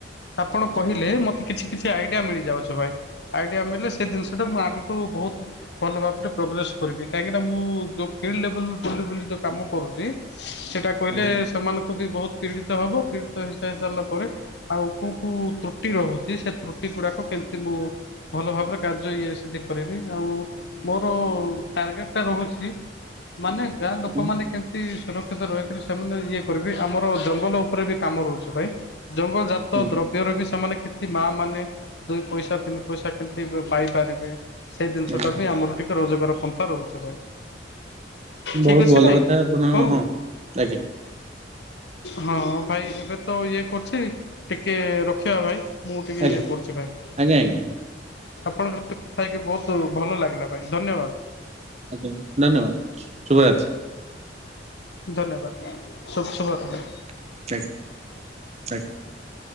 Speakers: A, on the left; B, on the right.
A: ଆପଣ କହିଲେ ମତେ କିଛି କିଛି ଆଇଡିଆ ମିଳିଯାଉଛି ଭାଇ ଆଇଡିଆ ମିଳିଲେ ସେ ଜିନିଷ ଟା ମୁଁ ଆଗକୁ ବୋହୁତ ଭଲ ଭାବରେ ପୋଗ୍ରେସ କରିବି କାହିଁକି ମୁଁ ଯୋଉ ଫିଲ୍ଡ ଲେବଲ ବୁଲି ବୁଲି ଯୋଉ କାମ କରୁଚି ସେଟା କହିଲେ
B: ଆଜ୍ଞା
A: ସେମାନଙ୍କୁ ବି ବୋହୁତ ପୀଡିତ ହବ ପୀଡିତ ହେଇସାରି ସାରଲା ପରେ ଆଉ କୋଉ କୋଉ ତ୍ରୁଟି ରୋହୁଚି ସେ ତ୍ରୁଟି ଏ ଗୁଡାକ କେମତି ମୁଁ ଭଲ ଭାବରେ କାର୍ଯ୍ୟ ଇଏ ସେଠି କରିବି ଆଉ ମୋର ଟାର୍ଗେଟ ଟା ରୋହୁଛି। ମାନେ ଗାଁ ଲୋକମାନେ
B: ହୁଁ
A: କେମିତି ସୁରକ୍ଷିତ ରହିକରି ସେମାନେ ଇଏ କରିବେ ଆମର ଜଙ୍ଗଲ ଉପରେ ବି କାମ ରହୁଛି ଭାଇ। ଜଙ୍ଗଲ ଜାତ
B: ହୁଁ
A: ଦ୍ରବ୍ୟରେ ବି ସେମାନେ କେମିତି ମାଆ ମାନେ ଦୁଇ ପଇସା ତିନି ପଇସା କେମିତି ପାଇପାରିବେ। ସେଇ ଜିନିଷଟା
B: ଆଜ୍ଞା
A: ବି ଆମର ଟିକେ ରୋଜଗାର ପନ୍ଥା ରହୁଛି ଭାଇ।
B: ବହୁତ
A: ଠିକ ଅଛି
B: ଭଲ
A: ଭାଇ
B: କଥା ଆପଣ,
A: ହଉ
B: ହଁ ଆଜ୍ଞା।
A: ହଁ ଭାଇ ଏବେ ତ ଇଏ କରୁଛି ଟିକେ ରଖିବା ଭାଇ। ମୁଁ ଟିକେ
B: ଆଜ୍ଞା
A: ଇଏ କରୁଛି ଭାଇ।
B: ଆଜ୍ଞା ଆଜ୍ଞା
A: ଆପଣଙ୍କ <inaudible> କଥା ହେଇକି ବହୁତ ଭଲ ଲାଗିଲା ଭାଇ ଧନ୍ୟବାଦ।
B: ଆଜ୍ଞା ଧନ୍ୟବାଦ ଶୁଭରାତ୍ରି।
A: ଧନ୍ୟବାଦ ଶୁଭ ଶୁଭ। <inaudible>
B: <inaudible>